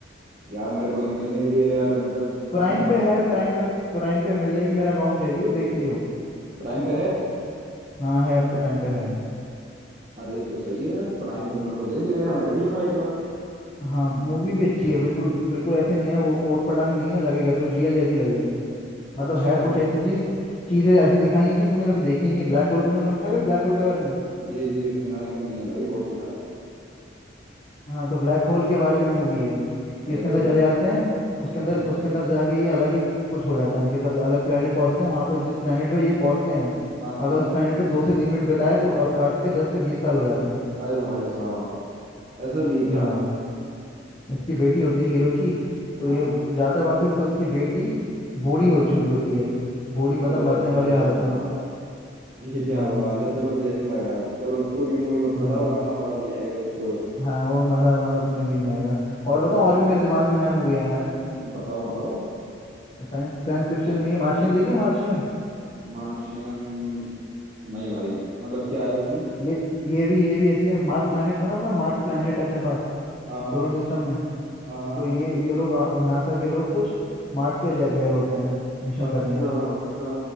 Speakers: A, on the right; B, on the left.
A: यार मेरे को तो मिल नहीं रही है यार अभी तक
B: प्राइम
A: तो मैं कहाँ
B: पे
A: से
B: है
A: मिल
B: प्राइम
A: रही है?
B: पे प्राइम पे मिल जाएगी मेरा अकाउंट ले लियो देख लियो
A: प्राइम पे है
B: हाँ है प्राइम पे है
A: अरे तो सही है यार प्राइम पे मेरे को दे दियो यार मैं देख लूंगा एक बार
B: हाँ मूवी भी अच्छी है बिल्कुल बिल्कुल ऐसे नहीं है वो ओट पटांग नहीं है लगेगा तो रियल जैसी लगेगी मतलब
A: अच्छा
B: है कुछ ऐसी चीज चीजें ऐसी दिखाई हैं कि तूने कभी देखी ही नहीं है ब्लैक होल तूने सुना है कभी ब्लैक होल के बारे में
A: जी जी सुना है कि नहीं है भाई बहुत सुना है
B: हाँ तो ब्लैक होल के बारे में मूवी है कि
A: अरे
B: उसके अंदर चले जाते हैं उसके
A: हाँ
B: अंदर उसके अंदर जाके ये अलग ही कुछ हो जाता है इनके साथ अलग प्लेनेट पहुंचते हैं वहां पे जिस प्लेनेट पे ये पहुंचते हैं
A: हाँ
B: अगर उस प्लेनेट पे दो से तीन मिनट बिताए तो अ- अर्थ के दस से बीस साल हो जाते हैं
A: अरे भाई साहब ऐसा भी है क्या
B: हाँ इसकी बेटी होती है हीरो की तो
A: हाँ
B: ये प- जाता है वापस तो इसकी बेटी बूढ़ी
A: हाँ
B: हो
A: हाँ
B: चुकी होती है बूढ़ी मतलब
A: अरे
B: मरने वाली
A: भाई
B: हालत
A: साहब
B: में
A: <laughs> ये क्या
B: हाँ
A: बवाल है चलो देखूंगा यार चलो पूरी मूवी मत
B: हाँ
A: बताओ वरना मजा नहीं आएगा देखते हुए
B: हाँ वो मज़ा मज़ा तुम्हें भी नहीं आएगा और
A: आ,
B: बताओ और भी मेरे दिमाग में है मूवी यार
A: बताओ बताओ
B: साइंस साइंस फिक्शन में ये मार्शियन देखिए मार्शियन
A: मार्शियन नहीं भाई मतलब क्या है उसमें
B: ये ये भी ये भी ऐसी है मार्स प्लैनेट सुना है अपना मार्स प्लैनेट अपने पास
A: हाँ
B: सोलर
A: हाँ
B: सिस्टम में
A: हाँ हाँ
B: तो ये ये लोग आ, नासा के लोग कुछ मार्स पे जा- गए होते हैं मिशन
A: अच्छा
B: करने
A: अच्छा